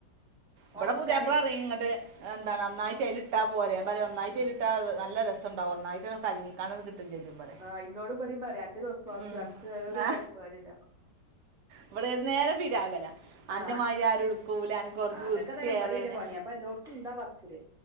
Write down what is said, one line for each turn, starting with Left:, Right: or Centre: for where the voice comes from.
Right: ഇവിടെ
Centre: ഉണക്കാനേ
Right: പുത്യാപ്പള പറയു ഇറങ്ങട്ട് എന്താണ് നന്നായിട്ട് അതിയിൽ ഇട്ടാ പോരെ ഞാൻ പറയും ഒന്നായിട്ട്
Centre: ഉം
Right: അയിൽ ഇട്ട നല്ല രസംണ്ടാവും ഒന്നായിട്ട് അങ്ങട്ട് കലങ്ങിങ്ങാണ്ട് കിട്ടും ചെയ്യും പറയും
Centre: ആ് ഇന്നോടും ഇവിടേം പററയും അന്റെ ഒരു ഒസ്വാസ്
Right: ഉം.
Centre: അനക്ക് ഏതുണ്ടായിട്ടും
Right: ആ?
Centre: കാര്യമല്ല
Right: ഇവിടെ ഏത് നേരം പിരാകലാ.
Centre: ആ
Right: അന്റെമാരി ആരും എടുക്കൂല അനക് കൊറച്ച്
Centre: അതൊക്കെ
Right: വൃത്തി
Centre: തന്നെ ഇബടില്ല
Right: ഏറെണ്.
Centre: പണി അപ്പൊ എല്ലോടത്തും ഉണ്ടാ പറച്ചില്